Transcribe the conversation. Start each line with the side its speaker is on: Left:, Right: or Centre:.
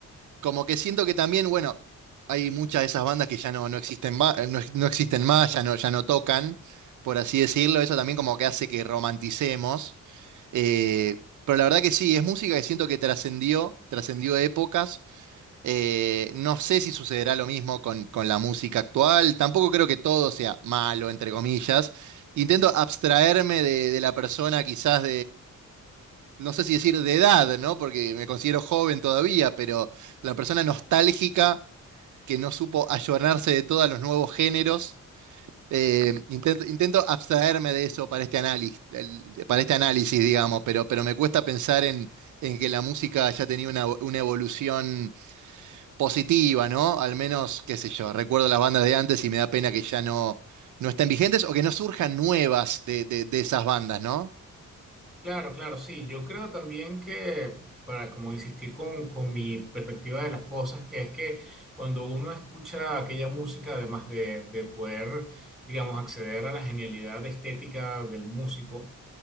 Right: Como que siento que también, bueno, hay muchas de esas bandas que ya no, no existen, ma- no, ex- no existen más, ya no, ya no tocan, por así decirlo. Eso también como que hace que romanticemos. Eh, pero la verdad que sí, es música que siento que trascendió, trascendió épocas. Eh, no sé si sucederá lo mismo con, con la música actual. Tampoco creo que todo sea malo, entre comillas. Intento abstraerme de, de la persona quizás no sé si decir de edad, ¿no? Porque me considero joven todavía, pero la persona nostálgica que no supo ayornarse de todos los nuevos géneros. Eh, intento, intento abstraerme de eso para este análisis, para este análisis, digamos, pero, pero me cuesta pensar en, en que la música haya tenido una, una evolución positiva, ¿no? Al menos, qué sé yo, recuerdo las bandas de antes y me da pena que ya no, no estén vigentes o que no surjan nuevas de, de, de esas bandas, ¿no?
Centre: Claro, claro, sí. Yo creo también que, para como insistir con, con mi perspectiva de las cosas, que es que cuando uno escucha aquella música, además de, de poder, digamos, acceder a la genialidad estética del músico,